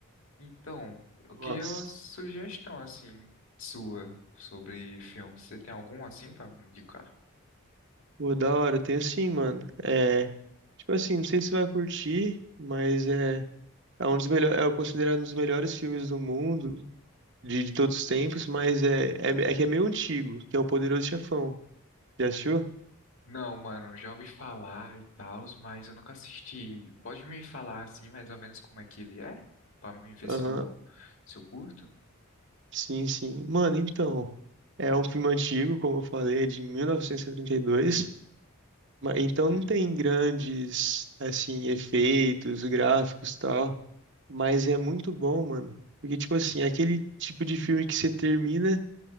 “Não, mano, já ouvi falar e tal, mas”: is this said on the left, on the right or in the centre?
Left